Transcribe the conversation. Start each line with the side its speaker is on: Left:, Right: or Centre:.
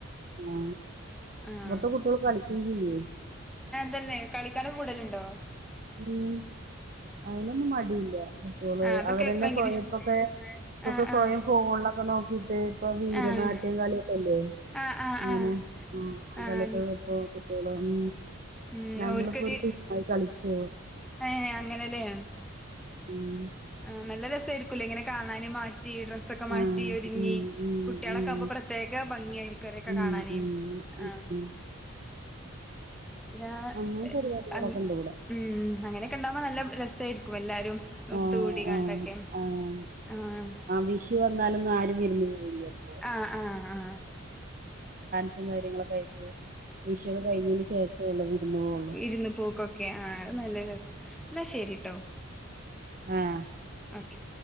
Right: മ് ആ
Centre: ആഹ്
Right: ഇവിടത്തെ കുട്ടികൾ കളിക്കൊന്നുല്ലേ
Centre: പിന്നെ കളിക്കാന് കൂടലുണ്ടോ
Right: ഉം അയിനൊന്നും മടിയില്ല മറ്റോള്
Centre: ആഹ് അതൊക്കെ
Right: അവരന്നെ
Centre: ഭയങ്കര
Right: സ്വയാട്ടൊക്കെ
Centre: ഇഷ്
Right: ഇപ്പൊക്കെ
Centre: ആഹ്
Right: സ്വയം
Centre: ആഹ്
Right: ഫോണിലൊക്കെ നോക്കിട്ട് ഇപ്പൊ വീരനാട്യം
Centre: ആഹ്
Right: കളിയൊക്കല്ലേ
Centre: ആഹ് ആഹ്
Right: അങ്ങനെ
Centre: ആഹ്
Right: ആ
Centre: ആഹ്
Right: കലക്ക് ഇപ്പൊ കുട്ട്യോള് ഉം
Centre: ഉം
Right: ഞങ്ങളിപ്പോ
Centre: ഓർക്കൊരു
Right: ഒരു ടീമായി കളിച്ച്
Centre: അയ് അങ്ങനെല്ലേ
Right: ഉം
Centre: ആ നല്ല രസമായിരിക്കൂല്ലേ ഇങ്ങനെ കാണാനും മാറ്റ് റ്റി ഡ്രസ്സൊക്കെ മാറ്റി
Right: ആഹ്
Centre: ഒരുങ്ങി
Right: ഉം ഉം
Centre: കുട്ടികളൊക്കെ
Right: ഉം
Centre: ആമ്പോ പ്രത്യേക ഭംഗിയ ആയിരിക്കും അവരൊക്കെ
Right: ഉം
Centre: കാണാന്
Right: ഉം ഉം
Centre: ആഹ്
Right: ഉം
Centre: പിന്നെ
Right: അങ്ങനെ പരിപാടികളൊക്കെ
Centre: അ
Right: ഉണ്ട് ഇവിടെ
Centre: ഉം അങ്ങനെയൊക്കെ ഇണ്ടാവകുമ്പോ നല്ല രസായിരിക്കും എല്ലാരും ഒത്തുകൂടി
Right: ആഹ്
Centre: കണ്ടൊക്കെ
Right: ആഹ് ആഹ്
Centre: ആഹ്
Right: വിഷു വന്നാലൊന്നും ആരും വിരുന്ന് പോവില്ല അപ്പൊ
Centre: ആ ആഹ് ആ
Right: സ്സും കാര്യങ്ങളൊക്കെ ആയിട്ട് വിഷുവൊക്കെ കഴിഞ്ഞതിന് ശേഷമേ ഉള്ളൂ വിരുന്ന് പോവുള്ളു
Centre: ഇരുന്ന് പോക്കൊക്കെ ആഹ് അത് നല്ല രസ എന്നാ ശരിട്ടോ
Right: ആഹ്
Centre: ഒക്കെ